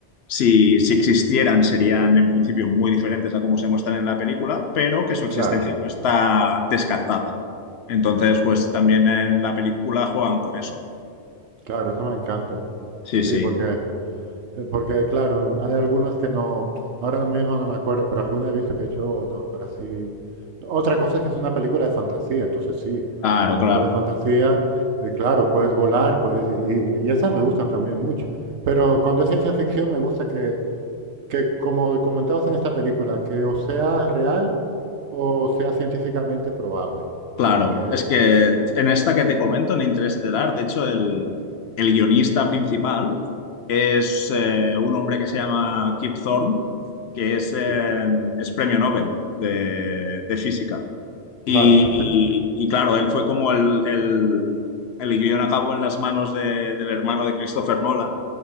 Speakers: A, on the left; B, on the right.
A: si, si existieran, serían en principio muy diferentes a cómo se muestran en la película, pero que su existencia
B: claro,
A: no está descartada. Entonces, pues también en la película juegan con eso.
B: claro, eso me encanta.
A: Sí,
B: Sí,
A: sí,
B: porque, eh, porque claro, hay algunas que no, ahora mismo no me acuerdo, pero alguna he visto que he hecho, "Oh, no, pero así. Otra cosa es que es una película de fantasía, entonces sí,
A: claro,
B: una película
A: claro,
B: de fantasía, eh, claro, puedes volar, puedes, y, y esas me gustan también mucho. Pero cuando es ciencia ficción me gusta que, que, como comentabas en esta película, que o sea real o sea científicamente probable.
A: claro.
B: Porque,
A: Es que en esta que te comento, en Interestelar, de hecho, el, el guionista principal es eh, un hombre que se llama Kip Thorne, que es, eh,
B: sí,
A: es premio Nobel de de física. Y,
B: claro.
A: y claro, él fue como el, el, el guión acabó en las manos de- del hermano de Christopher Nolan